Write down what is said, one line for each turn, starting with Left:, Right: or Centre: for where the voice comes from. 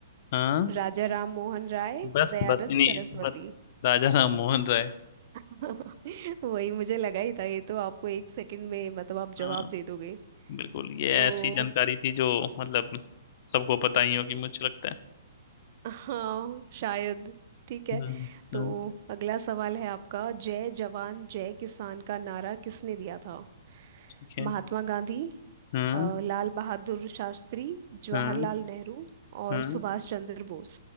Left: हाँ
Right: राजा राम मोहन राय
Left: बस
Right: दयानंद
Left: बस इन्हीं
Right: सरस्वती
Left: बस राजा राम मोहन राय
Right: <laughs> वही मुझे लगा ही था ये तो आपको एक सेकंड में मतलब आप
Left: हाँ
Right: जवाब दे दोगे
Left: बिल्कुल ये
Right: तो
Left: ऐसी जानकारी थी जो मतलब सबको पता ही होगी मुझे लगता है
Right: हाँ शायद ठीक है
Left: हम्म
Right: तो
Left: हम्म
Right: अगला सवाल है आपका जय जवान जय किसान का नारा किसने दिया था
Left: ठीक है
Right: महात्मा गांधी
Left: हाँ
Right: अ, लाल बहादुर शास्त्री जवाहरलाल
Left: हाँ
Right: नेहरू और
Left: हाँ
Right: सुभाष चंद्र बोस